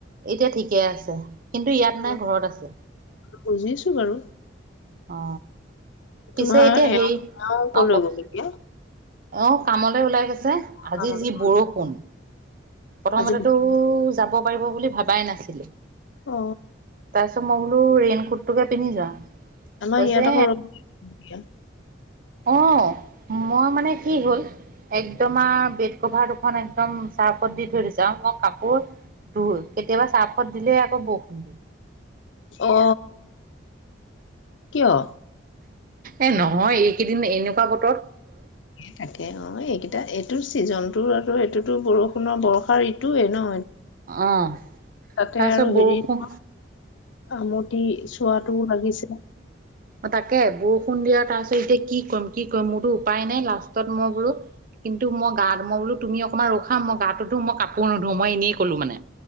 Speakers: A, on the right; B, on the left.
A: এতিয়া ঠিকে আছে কিন্তু ইয়াত
B: অ
A: নাই ঘৰত আছে
B: বুজিছো বাৰু
A: অ
B: তোমাৰ
A: পিছে এতিয়া
B: এওঁ
A: হেৰি
B: এওঁ কলৈ
A: অ কওক
B: গ'ল এতিয়া
A: অ কামলে ওলাই গৈছে আজি
B: সকামলৈ?
A: যি বৰষুণ প্ৰথমতেতো
B: আজি বিশেষ
A: যাব পাৰিব বুলি ভাবাই নাছিলোঁ,
B: অ
A: তাৰপিছত মই বোলো ৰেইন কোটটোকে পিন্ধি যাওঁ।
B: আমাৰ
A: কৈছে
B: ইয়াত আকৌ ৰ'দ এতিয়া।
A: অ মই মানে কি হ'ল একদম আৰু বেড কভাৰ দুখন একদম চাৰ্ফত দি থৈ দিছো আৰু মই কাপোৰ কেতিয়াবা চাৰ্ফত দিলেই আকৌ বৰষুণ দিয়ে
B: অ কিয়
A: এ নহয় এইকেইদিন এনেকুৱা বতৰ
B: থাকে অ এইকেইটা এইটো ছিজনটো আৰু এইটোতো বৰষুণৰ বৰ্ষাৰ ঋতুয়ে ন
A: অ'।
B: তাতে
A: তাৰপিছত
B: আৰু
A: বৰষুণ
B: হেৰি ন আমটি চোৱাটোও লাগিছে
A: অ তাকে বৰষুণ দিয়া তাৰপিছত এতিয়া কি কৰিম কি কৰিম মোৰতো উপায় নাই লাষ্টত মই বোলো কিন্তু মই গা মই বোলো তুমি অকমান ৰখা মই গাটো ধো মই কাপোৰ নুধো মই এই ক'লো মানে